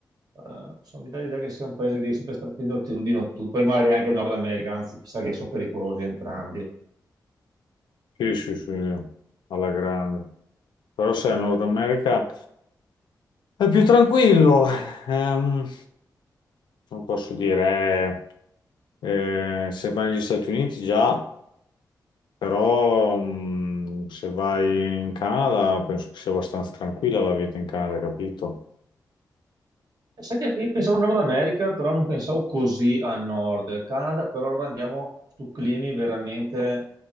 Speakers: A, on the right; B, on the left.
A: Eh, sono mi dà l'idea che sia un paese che devi sempre stare attento al tiro di notturno, poi magari anche Nord America, anzi chissà che sono pericolosi entrambi,
B: Sì, sì, sì, alla grande. Però sai, Nord America è più tranquillo. Ehm, non posso dire, eh, eh, se vai negli Stati Uniti già, però mh, se vai in Canada penso che sia abbastanza tranquilla la vita in Canada, capito?
A: Sai che io pensavo Nord America, però non pensavo così a nord. Canada, però allora andiamo su climi veramente